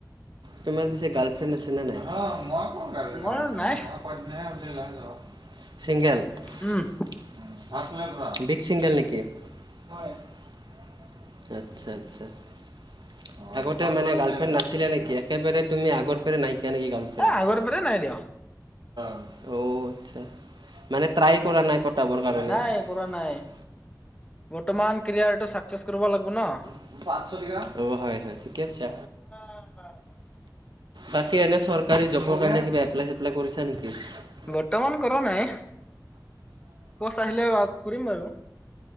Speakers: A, on the right; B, on the left.
A: তোমাৰ পিছে গাৰ্লফ্ৰেণ্ড আছে নে নাই? <unintelligible>
B: মোৰ নাই
A: চিংগেল
B: উম
A: <unintelligible> বিগ চিংগেল নেকি? হয় <unintelligible> আচ্ছা-আচ্ছা <inaudible> আগতে মানে গাৰ্লফ্ৰেণ্ড নাছিলে নেকি? একেবাৰে তুমি আগৰ পৰাই নাইকিয়া নেকি গাৰ্লফ্ৰেণ্ড?
B: এ আগৰ পৰাই নাই দিয়
A: <unintelligible> <unintelligible> অ আচ্ছা মানে ট্ৰাই কৰা নাই পতাবৰ কাৰণে
B: নাই
A: <unintelligible>
B: কৰা নাই বৰ্তমান কেৰিয়াৰটো চাকচেছ কৰিব লাগিব ন? <unintelligible>
A: <unintelligible> অ হয়-হয় ঠিকে আছে।
B: উম <unintelligible>
A: বাকী এনেই চৰকাৰী জবৰ কাৰণে কিবা এপলাই-চেপলাই কৰিছা নেকি? <unintelligible>
B: বৰ্তমান কৰা নাই। পষ্ট আহিলে কৰিম বাৰু। <unintelligible>